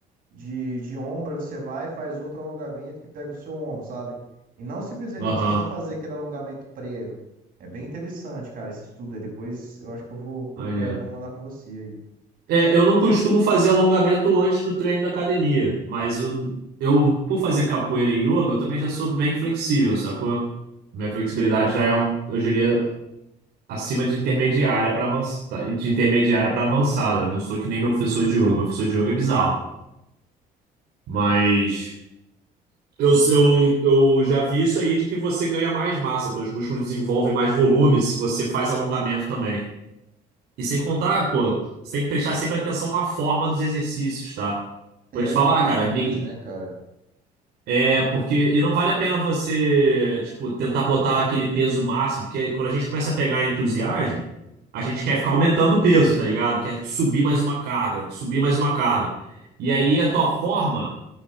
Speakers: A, on the right; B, on the right.
A: de, de ombro, você vai e faz outro alongamento que pega o seu ombro, sabe? E não simplesmente
B: Aham,
A: você só fazer aquele alongamento prévio. É bem interessante, cara, esse estudo aí. Depois eu acho que eu vou procurar
B: maneiro.
A: e vou mandar pra você aí.
B: É, eu não costumo fazer alongamento antes do treino da academia, mas eu, eu, por fazer capoeira e yoga, eu também já sou bem flexível, sacou? Minha flexibilidade já é um, eu diria, acima de intermediária para avançada, de intermediária para avançada. Eu não sou que nem meu professor de yoga, meu professor de yoga é bizarro. Mas eu, eu, eu já vi isso aí de que você ganha mais massa, seus músculos desenvolvem mais volume se você faz alongamento também. E sem contar, pô, você tem que prestar sempre atenção na forma dos exercícios, tá?
A: É,
B: Vou te
A: na
B: falar,
A: amplitude,
B: cara, nem,
A: né, cara?
B: é porque e não vale a pena você, tipo, tentar botar aquele peso máximo, porque quando a gente começa a pegar entusiasmo, a gente quer ficar aumentando o peso, tá ligado? Quer subir mais uma carga, subir mais uma carga. E aí a tua forma